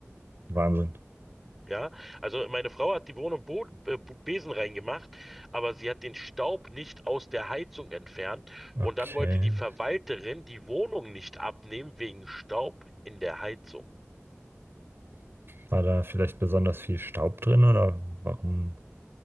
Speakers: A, on the right (about 55°); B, in the centre.
A: Wahnsinn.
B: Ja, also meine Frau hat die Wohnung Bo äh, Bu- Besen reingemacht, aber sie hat den Staub nicht aus der Heizung entfernt
A: Okay.
B: und dann wollte die Verwalterin die Wohnung nicht abnehmen wegen Staub in der Heizung.
A: War da vielleicht besonders viel Staub drin oder warum